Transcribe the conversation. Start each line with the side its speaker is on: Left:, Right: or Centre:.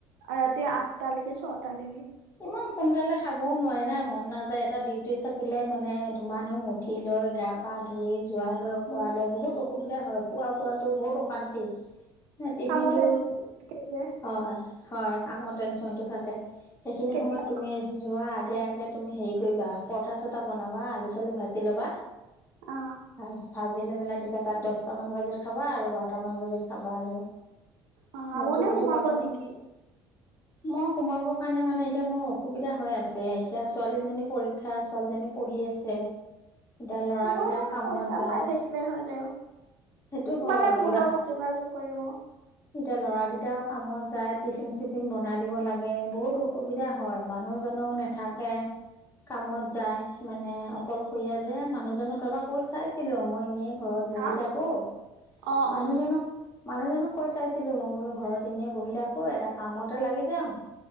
Right: ৰাতি আঠটালৈকে ছটালৈকে
Left: ইমান সোনকালে খাবও নোৱাৰে না মন নাযায় এটা ডিউটি থাকিলে মানে ধুমা ধুম উঠি লৈ গা পা ধুই যোৱা লৈ কোৱ
Right: উম,
Left: লৈ বহুত অসুবিধা হয় খোৱা বোৱাাতো বহুত অশান্তি টিফিন
Right: কামত
Left: টো
Right: এনে যে
Left: হয় হয় কামৰ টেনচন টো থাকে সেইখিনি
Right: কেতিয়া
Left: সময়ত তুমি যোৱাৰ আগে আগে তুমি হেৰি কৰিবা পৰঠা চৰঠা বনাবা আলু চালু ভাজি লবা
Right: অ
Left: ভ ভাজ জিলৈ মেলা তেতিয়া তাত দহটাামান বাজাত খাবা আৰু বাৰট মান বাজাত খাবা আৰু
Right: অ',
Left: এনে
Right: আপুনিও
Left: তুমিতো
Right: সোমাব
Left: প্ৰথম
Right: নেকি?
Left: মই সোমাব মানে, মানে এতিয়া মোৰ অসুবিধা হৈ আছে, এতিয়া ছোৱালীজনী পৰীক্ষা ছোৱালীজনী পঢ়ি আছে। এতিয়া ল'ৰাকেইটাও
Right: সোমালে
Left: কামত
Right: পইচা
Left: যায়
Right: পাই থাকিলে হয়, তেওঁ
Left: সেইটো
Right: সোমালে
Left: হয়
Right: মোৰ
Left: ল'ৰা
Right: লগত যোগাযোগ কৰিব।
Left: এতিয়া ল'ৰাকিটাও কামত যায় টিফিন, চিফিন বনাই দিব লাগে বহুত অসুবিধা হয়, মানুহজনো নাথাকে। কামত যায় মানে অকলশৰীয়া যে, মানুহজনক এবাৰ কৈ, চাইছিলোঁ মই এনেই ঘৰত বহি
Right: হা
Left: থাকো,
Right: অ
Left: মানুহজনক
Right: অ
Left: মানুহজনক কৈ চাইছিলোঁ, মই বোলো ঘৰত এনেই বহি থাকো এটা কামতে লাগি যাওঁ।